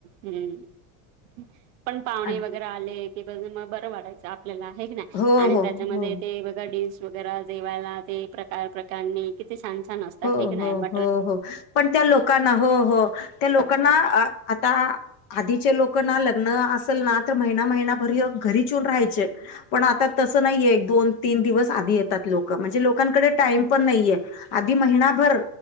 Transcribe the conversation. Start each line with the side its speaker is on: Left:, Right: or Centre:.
Right: हम्म पण पाहुणे
Left: आणखी
Right: वगैरे आले ते बघून मग बरं वाटायच आपल्याला हे की नाय
Left: हो
Right: आणि
Left: हो
Right: त्याच्यामध्ये
Left: हो
Right: ते बघा डीस वगैरे जेवायला ते प्रकार प्रकारणी किती छान छान असतात
Left: हो,
Right: हे की नाही
Left: हो,
Right: म
Left: हो हो पण त्या लोकांना हो हो त्या लोकांना अ आता आधीचे लोक ना लग्न असेल ना तर महिना महिनाभर घरीच येऊन राहायचे. पण आता तसं नाहीये एक दोन तीन दिवस आधी येतात लोक म्हणजे लोकांकडे टाइम पण नाहीये. आधी महिनाभर